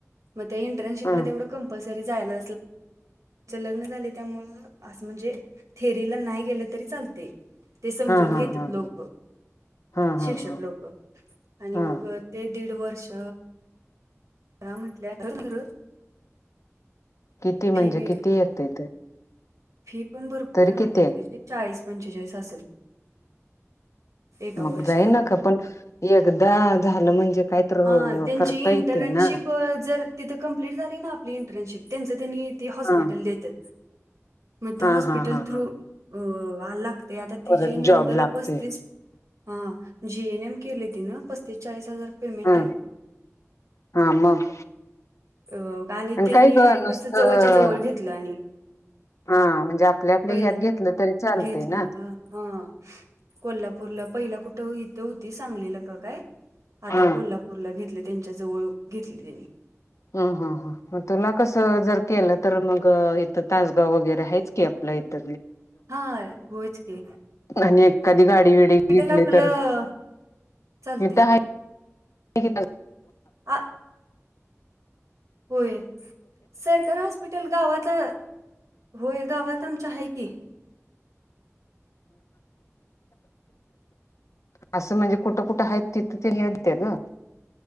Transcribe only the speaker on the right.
मग त्या इंटर्नशिपला
तेवढं. कंपसरीयला ला आणि लग झा. त्यामु असं म्हणजे थेअरीला नाही गेलं तरी चालते. ते समजून
घेतात
लोक
शिक्षक
लोक आणि
मग ते दीड वर्ष का म्हटल्यायरर.
बी
फी पण भरपूर
आहे पडत
की त्याची चाळीस पंचेचाळीस असेल. एका
वर्षाला
हा त्यांची
इंटर्नशिप
जर तिथं कम्प्लीट झाली ना आपली इंटर्नशिप त्यांचं त्यांनी ते हॉस्पिटल
देतात. मग त्या
हॉस्पिटल
थ्रू
अ लागते आता त
जी नंदाला
पस्तीस हा जीएन एम केले ति ना पस्तीस चाळीस हजार. पेमेंट
आहे
अ आणि त्यांनी
कस जवळच्या जवळ घेतलं आणि
पहिल्या
घेतलं
हा हा कोल्हापूरला पहिला कुठं इथं होती सांगलीलं का काय? आता
कोल्हापूरला घेतले त्यांच्या जवळ घेतले त्यांनी
हा होयच क.
आपलं
चालते
ह. होय सरकारी हॉस्पिटल गावचा. होय गवात आमच्या आहे की